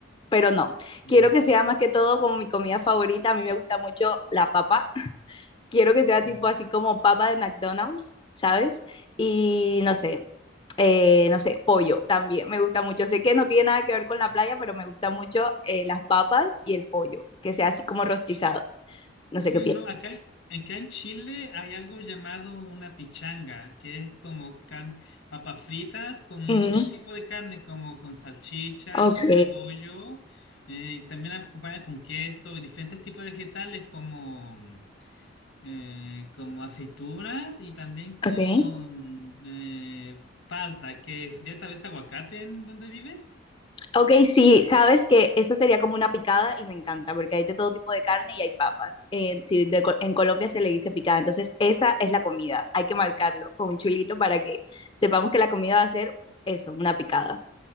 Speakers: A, on the left; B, on the left.
A: pero no,
B: Mm,
A: quiero que sea más que todo como mi comida favorita, a mí me gusta mucho la papa, quiero que sea
B: mm,
A: tipo
B: sí.
A: así como papa de McDonald's, ¿sabes? Y no sé, eh, no sé, pollo también, me gusta mucho, sé que no tiene nada que ver con la
B: Sí.
A: playa, pero me gusta mucho eh, las papas y el pollo, que sea así como rostizado, no sé
B: Sí,
A: qué piensas.
B: no, acá, acá en Chile hay algo llamado una pichanga, que es como car- papas fritas con
A: Mm,
B: mucho tipo de carne, como con salchicha,
A: ok,
B: con pollo, eh, y también las acompañan con queso y diferentes tipos de vegetales como, mm, eh, como aceitunas y también con
A: ok.
B: eh, palta, que sería tal vez aguacate en donde vives.
A: Ok, sí, sabes que eso sería como una picada y me encanta porque hay de todo tipo de carne y hay papas. Eh, sí, de Co- en Colombia se le dice picada, entonces esa es la comida. Hay que marcarlo con un chulito para que sepamos que la comida va a ser eso, una picada